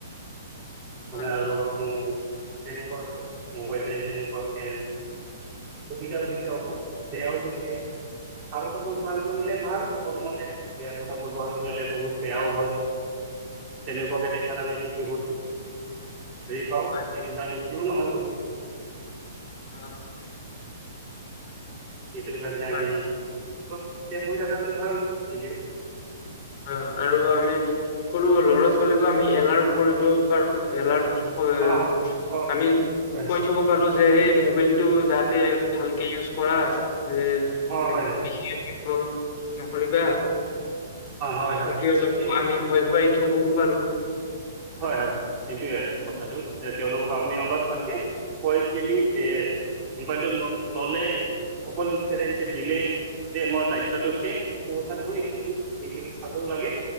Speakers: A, on the right; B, on the left.
A: <unintelligible>
B: হয়
A: সুবিধা উঠিছে অক বেয়াও উঠিছে ভাল কাম ভাল কৰিলে ভাল মোৰ মতে বেয়া কামত ব্যৱহাৰ কৰিলে বহুত বেয়াও হয়। তেনেকুৱাকে দেখা দালে টি দিভৌজ দিম। হেৰি পাও
B: হয়
A: ই ইমান ইজিও নহয় বস্তুটো
B: অ।
A: সেইটোৰ কাৰণে
B: হয়
A: আমি। কত চে ধুইদাটে ভাল দি দিওঁ।
B: অ আৰু আমি সৰু ল'ৰা ছোৱালীকো আমি এলাৰ্ট কৰিব পাৰো এলাৰ্ট <unintelligible>
A: অঁ হয়
B: আমি
A: হয়
B: কৈ থব পাৰো যে সেই মোবাইলটো যাতে ভালকে ইউজ কৰা যে
A: হয় হয়
B: বিশেষ কি অ নকৰিবা
A: হয় হয়
B: সেংকে অলপ আমি ভয় ভাই থবও পাৰোঁ।
A: হয় হয় হয় এইটোৱে আৰু
B: উম,
A: কথাটো। তেওঁলোকক আমি অলপ ভালকে কৈ দিলি যে মোবাইলতো ললে অকল পেৰেনছে দিলেই যে মোৰ দায়িত্বটো শেষ সেইটো কথাত মই ঠেংকিও দি দিওঁ চাবও লাগে।